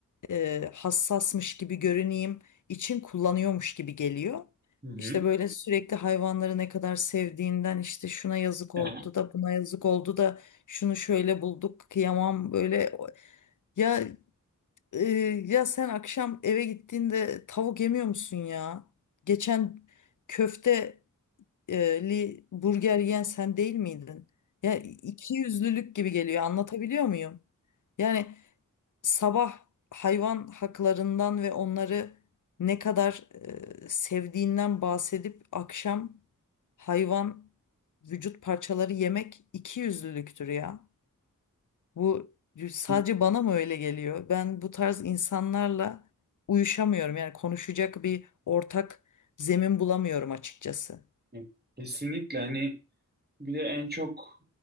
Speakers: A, on the left (about 65°); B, on the right (about 30°).
A: e, hassasmış gibi görüneyim için kullanıyormuş gibi geliyor.
B: Hı hı.
A: İşte böyle sürekli hayvanları ne kadar sevdiğinden işte şuna yazık
B: Evet.
A: oldu da buna yazık oldu da şunu şöyle bulduk kıyamam böyle ya e, ya sen akşam eve gittiğinde tavuk yemiyor musun ya? Geçen köfte e, li burger yiyen sen değil miydin? Ya iki yüzlülük gibi geliyor. Anlatabiliyor muyum? Yani sabah hayvan haklarından ve onları ne kadar e, sevdiğinden bahsedip akşam hayvan vücut parçaları yemek iki yüzlülüktür ya. Bu sadece
B: <laughs>
A: bana mı öyle geliyor? Ben bu tarz insanlarla uyuşamıyorum. Yani konuşacak bir ortak zemin bulamıyorum açıkçası.
B: Ya, Kesinlikle hani bir de en çok